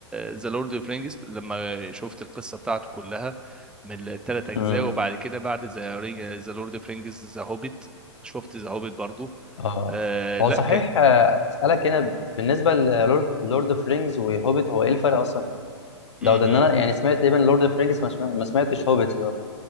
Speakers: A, in the centre; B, on the left.
A: ذا لورد اوف رينجز لما شفت القصه بتاعته كلها من الثلاث اجزاء
B: امم
A: وبعد كده بعد ذا ذا لورد اوف رينجز ذا هوبيت شفت ذا هوبيت برضو
B: اه
A: آه،
B: هو
A: لا
B: صحيح
A: كان
B: آه، اسالك هنا بالنسبة للورد لورد اوف رينجز وهوبيت هو ايه الفرق اصلا بين ده
A: مم.
B: وده ان انا يعني سمعت تقريبا لورد اوف رينجز ما سمع- ما سمعتش هوبيت ده